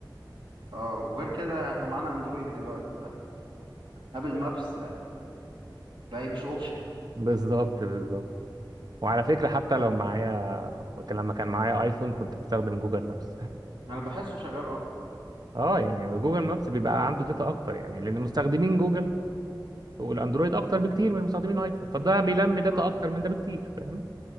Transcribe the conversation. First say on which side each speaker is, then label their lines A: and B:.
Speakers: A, on the right; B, on the right.
A: اه وغير كده احنا معانا اندرويد دلوقتي فابل مابس بقى مش اوبشن
B: بالظبط بالظبط وعلى فكره حتى لو معايا لما كان معايا ايفون كنت بستخدم جوجل مابس
A: انا بحسه شغال اكتر
B: <laughs> اه يعني جوجل مابس بيبقى عنده داتا اكتر يعني لان مستخدمين جوجل والاندرويد اكتر بكتير من مستخدمين الايفون فده بيلم داتا
A: اه
B: اكتر من ده بكتير فاهم